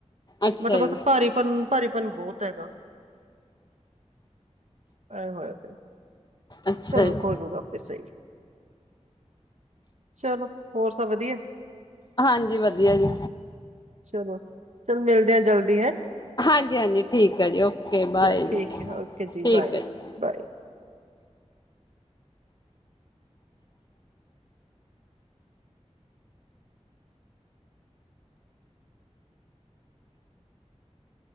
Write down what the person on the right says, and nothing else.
ਬਟ
ਬਸ ਭਾਰੀ ਪਨ ਭਾਰੀਪਨ ਬਹੁਤ ਹੈਗਾ ਆਏ ਹਾਏ
ਚਲੋ
ਹੋ ਜੂਗਾ ਆਪੇ ਸਹੀ ਚਲੋ ਹੋਰ ਸਭ ਵਧੀਆ
ਚਲੋ ਚਲ ਮਿਲਦੇ ਹ ਜਲਦੀ ਹੈਂ
ਚਲ
ਠੀਕ ਹੈ ਓਕੇ
ਬਾਏ
ਬਾਏ